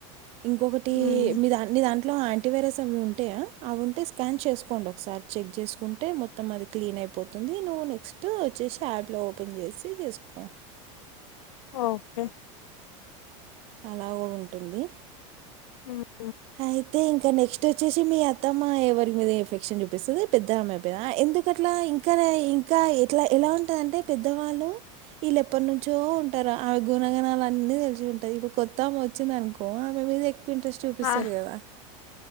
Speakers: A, on the right; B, on the left.
A: ఇంకొకటి
B: మ్మ్
A: మీ దా నీ దాంట్లో యాంటీవైరస్ అవి ఉంటాయా అవి ఉంటే స్కాన్ చేసుకోండి ఒకసారి చెక్ చేసుకుం అంటే మొత్తం అది క్లీన్ అయిపోతుంది నువ్వు నెక్స్ట్ వచ్చేసి యాప్లో ఓపెన్ చేసి చేసుకో
B: ఓకే
A: అలాగో ఉంటుంది
B: హ్మ్
A: అయితే ఇంకా నెక్స్ట్ వచ్చేసి మీ అత్తమ్మ ఎవరి మీద ఎఫెక్షన్ చూపిస్తది పెద్ద అమ్మాయి పైన ఎందుకట్లా ఇం ఇంకా ఇంకా ఎట్లా ఎలా ఉంటదంటే పెద్దవాళ్ళు వీళ్ళ ఎప్పటినుంచో ఉ ఆమె గుణగణాలు అన్ని తెలిసి ఉంటాయి ఇప్పుడు కొత్త ఆమే వచ్చింది అనుకో ఆమె మీద ఎక్కువ ఇంట్రెస్ట్ పిస్తాది
B: ఆ
A: కదా